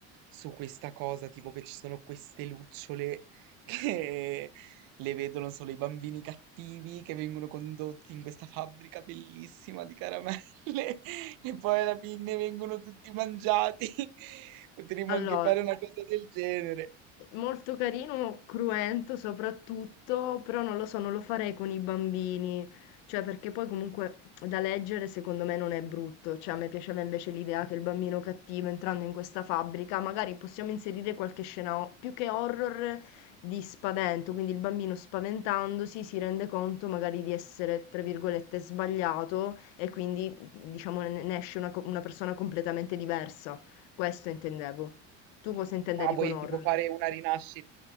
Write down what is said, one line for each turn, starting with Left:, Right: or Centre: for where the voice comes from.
Right: su questa cosa, tipo che ci sono queste lucciole <laughs> che le vedono solo i bambini cattivi che vengono condotti in questa fabbrica bellissima di caramelle <laughs> e poi alla fine vengono tutti mangiati. <laughs> Potremmo
Left: Allora,
Right: anche fare una cosa del genere.
Left: Molto carino, cruento soprattutto, però non lo so, non lo farei con i bambini, cioè perché poi comunque da leggere secondo me non è brutto, cioè a me piaceva invece l'idea che il bambino cattivo entrando in questa fabbrica, magari possiamo inserire qualche scena o- più che horror di spavento, quindi il bambino spaventandosi si rende conto magari di essere, tra virgolette, sbagliato e quindi diciamo ne ne esce una co- una persona completamente diversa. Questo intendevo. Tu cosa intendevi
Right: Ah, vuoi
Left: con horror?
Right: tipo fare una rinascita?